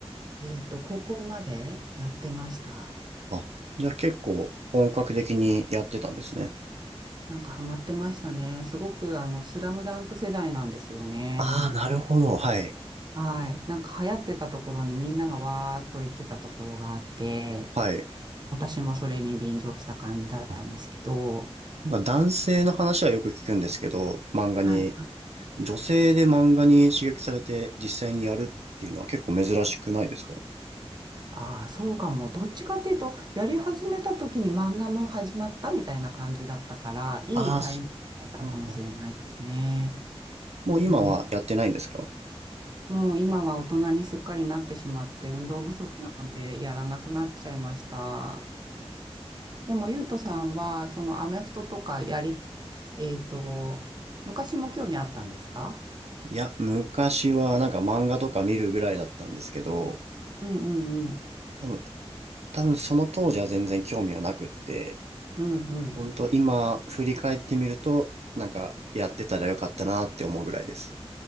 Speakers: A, on the right; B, on the right.
A: えっと、高校までやってました。
B: あ、じゃあ結構本格的にやってたんですね。
A: なんかハマってましたね。すごく、あの、スラムダンク世代なんですよね。
B: ああ、なるほど。はい。
A: はい。なんか流行ってたところにみんながわーっと行ってたところがあって、
B: はい。
A: 私もそれに便乗した感じだったんですけど、
B: あまあ男性の話はよく聞くんですけど、漫画に
A: はい。
B: 女性で漫画に刺激されて実際にやるっていうのは結構珍しくないですか
A: ああ、そうかも。どっちかっていうと、やり始めた時に漫画も始まったみたいな感じだったから、いいタイミングだったかもしれないですね。
B: ああ、そうもう今はやってないんですか
A: うん。もう今は大人にすっかりなってしまって、運動不足なのでやらなくなっちゃいました。でも、ゆうとさんは、そのアメフトとかやり、えっと、昔も興味あったんですか
B: いや、昔はなんか漫画とか見るぐらいだったんですけど、
A: うんうんうん。
B: 多分、多分その当時は全然興味はなくって、
A: うんうん。
B: 本当今振り返ってみると、なんかやってたらよかったなって思うぐらいです。